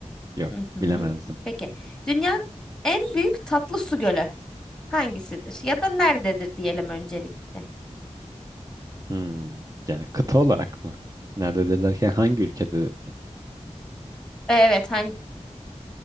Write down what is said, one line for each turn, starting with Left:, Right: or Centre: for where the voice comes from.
Right: yok
Centre: Hı hı.
Right: bilemezdim.
Centre: Peki. Dünyanın en büyük tatlı su gölü hangisidir? Ya da nerededir diyelim öncelikle.
Right: Hmm, yani kıta olarak mı? Nerededir derken hangi ülkede?
Centre: Evet hangi?